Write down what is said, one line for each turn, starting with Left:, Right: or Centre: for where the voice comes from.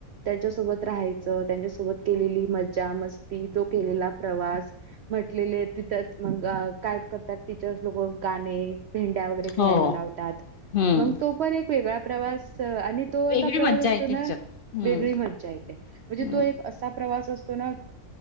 Right: त्यांच्यासोबत राहायच, त्यांच्यासोबत केलेली मज्जा मस ती तो केलेला प्रवास, म्हटलेले तिथच मंग का <unintelligible> करतात तिथेच लोक गा <unintelligible> ने भेंड्या वगैरे खेळायला
Left: हो
Right: लावतात,
Left: हम्म
Right: मंग तो पण एक वेगळा प्रवास आणि तो
Left: वेगळी
Right: असा प्रवास
Left: मज्जा
Right: असतो
Left: आहे त्याच्यात.
Right: ना,
Left: हम्म
Right: वेगळी मज्जा येते, म्हणजे
Left: हम्म
Right: तो एक असा प्रवास असतो ना-